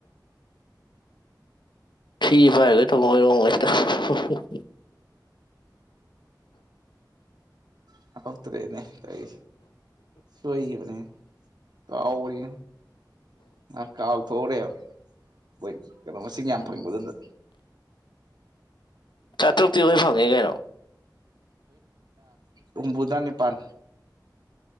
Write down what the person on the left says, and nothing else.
ꯐꯤ ꯄꯥꯏꯔꯒꯩ ꯊꯧꯕꯃ ꯍꯣꯏꯔꯣꯡꯉꯩꯁꯤꯗ
ꯆꯥꯇ꯭ꯔꯨꯛꯇꯤ ꯂꫭꯏ ꯐꯪꯉꯦ ꯀꯩꯅꯣ